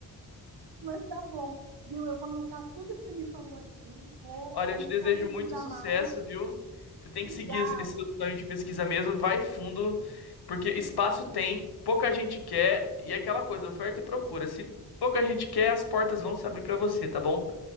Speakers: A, on the right; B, on the left.
A: Mas tá bom, viu? Eu vou anotar tudo que você me falou aqui, vou
B: Olha,
A: começar
B: eu te desejo
A: a pesquisar
B: muito sucesso,
A: mais.
B: viu? Você tem
A: Obrigada.
B: que seguir esse seu sonho de pesquisa mesmo, vai fundo, porque espaço tem, pouca gente quer, e é aquela coisa, oferta e procura. Se pouca gente quer, as portas vão se abrir pra você, tá bom?